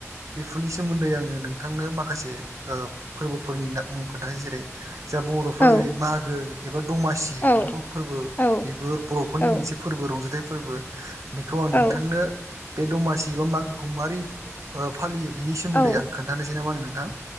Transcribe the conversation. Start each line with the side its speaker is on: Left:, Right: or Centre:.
Right: बेफोरनि सोमोन्दै आंङो नोंथां। नोंथांनो माखासे फोरबोफोरनि मुं खोन्थानो जेरै जा बरफ्रा
Left: औ
Right: जेरै मागो एबा दमासि बेखौबो
Left: औ
Right: फोरबो
Left: औ
Right: बेबो बरफोरनि
Left: औ
Right: मोनसे फोरबो रंजाथाइ फोरबो बेखौ आं
Left: औ
Right: नोंथांनो बे दमासि बा मागोखौ माबोरै फालियो बिनि सोमोन्दै
Left: औ
Right: आं खोन्थानोसै ना मा होनो नोंथां।